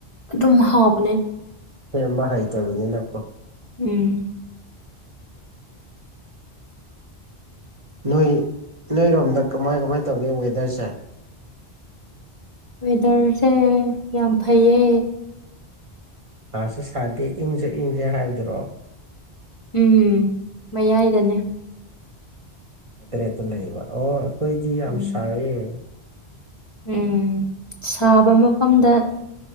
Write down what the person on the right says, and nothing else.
ꯁꯦꯝꯦꯝꯕ ꯍꯩꯇꯕꯅꯤꯅꯀꯣ
ꯅꯣꯏ ꯅꯣꯏꯔꯣꯝꯗ ꯀꯃꯥꯏ ꯀꯃꯥꯏ ꯇꯧꯒꯦ ꯋꯦꯗꯔꯁꯦ
ꯃꯥꯁꯨ ꯁꯥꯗꯦ ꯏꯪꯁꯨ ꯏꯪꯁꯦ ꯍꯥꯏꯕꯗꯨꯔꯣ
ꯑꯈꯣꯢꯗꯤ ꯑꯗꯨ ꯂꯩꯕ ꯑꯣ ꯑꯩꯈꯣꯏꯗꯤ ꯌꯥꯝ
ꯁꯥꯏꯌꯦ